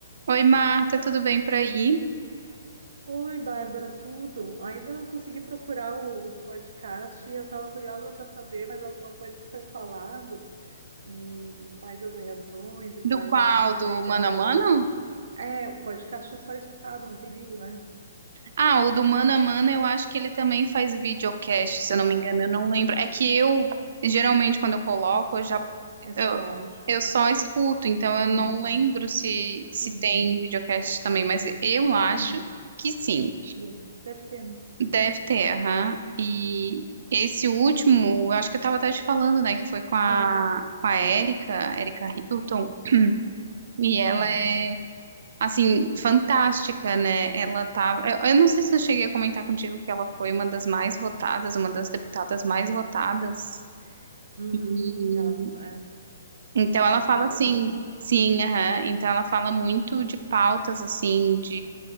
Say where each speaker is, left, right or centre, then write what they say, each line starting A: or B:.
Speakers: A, on the right; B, on the right.
A: Oi, Marta, tudo bem por aí?
B: Oi, Bárbara, tudo? Ainda não consegui procurar o, o podcast e eu estava curiosa para saber mais alguma coisa que foi falado e, e quais as reações e quais
A: Do qual?
B: como que
A: Do
B: foi a interação.
A: Mano a Mano?
B: É, o podcast é só escutado, não tem vídeo, né?
A: Ah, o do Mano a Mano eu acho que ele também faz videocast, se
B: Ah,
A: eu não me engano, eu não lembro. É que eu, geralmente, quando eu coloco, eu já,
B: é só
A: eu,
B: áudio.
A: eu só escuto, então eu
B: Ah,
A: não lembro se, se
B: uhum,
A: tem videocast também, mas eu acho
B: uhum.
A: que sim.
B: De- Deve ter, né?
A: Deve ter, aham. E esse último, eu acho que eu tava até te falando, né, que foi com a,
B: Aham,
A: com a Érica, Érica Hilton, e ela
B: aham.
A: é assim, fantástica, né? Ela tava. Eu, eu não sei se eu cheguei a comentar contigo que ela foi uma das mais votadas, uma das deputadas mais votadas.
B: Uhum,
A: E
B: ela é
A: então ela
B: São
A: fala
B: Paulo,
A: assim,
B: né?
A: sim, aham. Então ela fala muito de pautas assim,